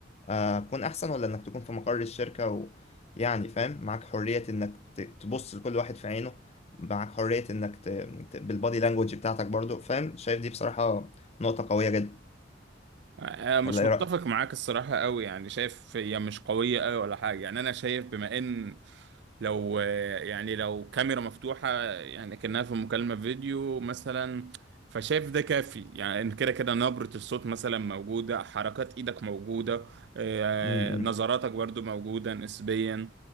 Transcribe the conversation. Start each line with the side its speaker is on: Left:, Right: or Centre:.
Left: آه، تكون احسن ولا انك تكون في مقر الشركة و... يعني فاهم معاك حرية انك ت- تبص لكل واحد في عينه معاك حرية انك ت... ت- بالبادي لانجوج بتاعتك برضو فاهم شايف دي بصراحة نقطة قوية جدا
Right: أنا مش
Left: ولا ايه
Right: متفق
Left: رأيك
Right: معاك الصراحة قوي يعني شايف هي مش قوية قوي ولا حاجة يعني انا شايف بما ان لو يعني لو كاميرا مفتوحة يعني كأنها في مكالمة فيديو مثلا فشايف ده كافي يعني إن كده كده نبرة الصوت مثلا موجودة حركات ايدك موجودة آه،
Left: امم
Right: نظراتك برضو موجودة نسبيا